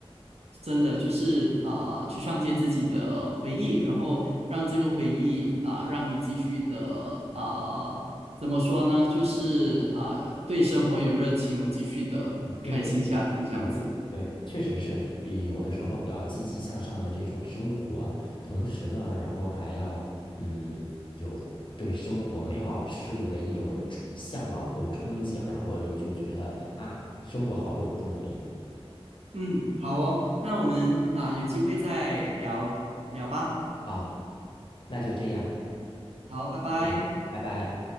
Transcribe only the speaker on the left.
嗯对对对对对，
确实是也有的时候要积极向上的这种生活，
同时呢，然后还要嗯有对生活美好事物的一种憧向往和憧憬，然后你就觉得啊，生活好有动力。
好，那就这样，
再见拜拜。